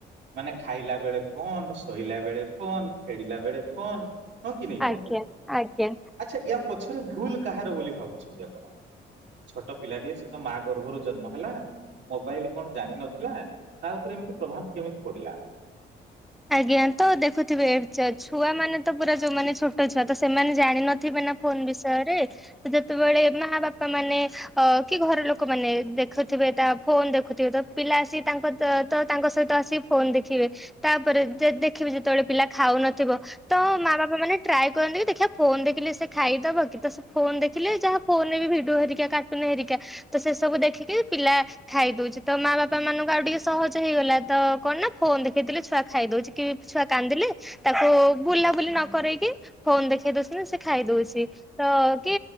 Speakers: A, on the right; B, in the centre.
A: ମାନେ ଖାଇଲା ବେଳେ ଫୋନ୍ ଶୋଇଲା ବେଳେ ଫୋନ୍ ଖେଳିଲା ବେଳେ ଫୋନ୍। ହଁ କି ନାହିଁ ହୁଅନ୍ତୁ
B: ଆଜ୍ଞା ଆଜ୍ଞା।
A: ଆଚ୍ଛା ଏହା ପଛ ପଛରେ ଭୁଲ କାହାର ବୋଲି ଭାବୁଛନ୍ତି ଆପଣ ଛୋଟ ପିଲାଟିଏ ସେ ତ ମା ଗର୍ଭରୁ ଜନ୍ମ ହେଲା ମୋବାଇଲ କଣ ଜାଣିନ ହେଲା ତା ଉପରେ ଏମିତି ପ୍ରଭାବ କେମିତି ପଡିଲା।
B: ଆଜ୍ଞା ତ ଦେଖୁଥିବେ ଛୁଆ ମାନେ ତ ପୁରା ଯୋଉମାନେ ଛୋଟ ଛୁଆ ତ ସେମାନେ ଜାଣିନଥିବେ ନା ଫୋନ ବିଷୟରେ ଯେତେବେଳେ ମା ବାପା ମାନେ ଅ କି ଘର ଲୋକ ମାନେ ଦେଖୁଥିବେ ତା ଫୋନ ଦେଖୁଥିବେ ତ ପିଲା ଆସିକ ତାଙ୍କ ତ ତାଙ୍କ ସହିତ ଆସିକି ଫୋନ ଦେଖିବେ। ତାପରେ ଦେଖିବି ଯେତେବେଳେ ପିଲା ଖାଉନଥିବ ତ ମା ବାପା ମାନେ ଟ୍ରାଏ କରନ୍ତି କି ଦେଖିବା ଫୋନ ଦେଖିଲେ ସେ ଖାଇଦବ କି ତ ସେ ଫୋନ ଦେଖିଲେ ଯାହା ଫୋନରେ ବି ଭିଡିଓ ହେରିକା କାର୍ଟୁନ ହେରିକା ତ ସେ ସବୁ ଦେଖିକି ପିଲା ଖାଇଦଉଛି ତ ମା ବାପା ମାନଙ୍କୁ ଆଉ ଟିକେ ସହଜ ହେଇଗଲା ତ କଣ ନା ଫୋନ ଦେଖେଇଥିଲେ। ଛୁଆ ଖାଇ ଦଉଛି କି ଛୁଆ କାନ୍ଦିଲେ ତାକୁ ବୁଲାବୁଲି ନ କରଇକି ଫୋନ ଦେଖେଇ ଦଉଛିନା ସେ ଖାଇ ଦଉଛି ତ କି